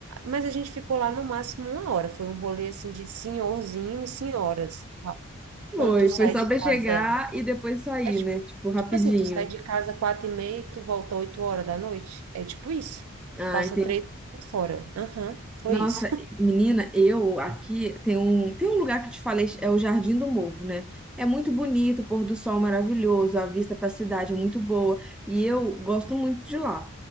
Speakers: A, on the right; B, in the centre.
A: mas a gente ficou lá no máximo uma hora, foi um rolê, assim, de senhorzinho e senhoras.
B: Foi,
A: Quando tu sai
B: foi só
A: de
B: pra
A: casa,
B: chegar e depois sair,
A: é tipo,
B: né, tipo, rapidinho.
A: tipo assim, tu sai de casa quatro e meia e tu volta oito horas da noite, é tipo isso,
B: Ah,
A: passa
B: entendi.
A: três por fora, aham, foi
B: Nossa,
A: isso.
B: menina, eu aqui tem um, tem um lugar que te falei, é o Jardim do Morro, né? É muito bonito, o pôr do sol maravilhoso, a vista para a cidade é muito boa, e eu gosto muito de lá.